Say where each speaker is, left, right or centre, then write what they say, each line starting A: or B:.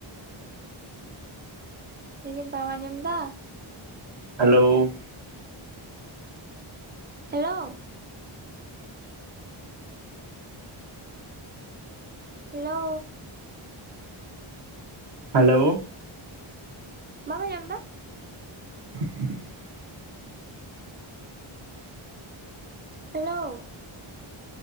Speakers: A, on the right; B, on the right.
A: ᱞᱟᱹᱭᱫᱟᱹᱧ ᱵᱟᱢ ᱟᱸᱡᱚᱢ ᱫᱟ?
B: ᱦᱮᱞᱳ᱾
A: ᱦᱮᱞᱳ᱾ ᱦᱮᱞᱳ᱾
B: ᱦᱮᱞᱳ᱾
A: ᱵᱟᱢ ᱟᱸᱡᱚᱢ ᱫᱟ?
B: <inaudible>
A: ᱦᱮᱞᱳ᱾